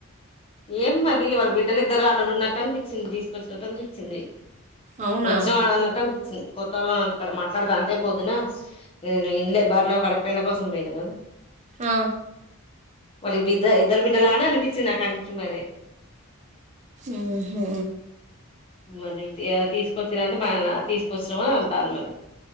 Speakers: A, on the left; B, on the right.
A: ఏంమది వాళ్ళ బిడ్డలు ఇద్దరు అల్లుడు ఉన్నట్టు అనిపించింది తీసుకొచ్చినట్టు అనిపించింది
B: అవునా
A: వచ్చినా అన్నటన్ కొత్తవాళ్ళ ఇంటికాడ మాట్లాడతాంటే పోద్దునా నేను ఇన్లే బర్లా కాడ పెండ కోసం పోయినా కదూ
B: ఆ
A: వాళ్ళ బిద్ద ఇద్దర బిడ్డలానే అనిపించింది నా కంటికి మరి
B: ఉహు
A: మరి తీసుకొచ్చిరంటే మ తీసుకొచ్చినావా అంటానారు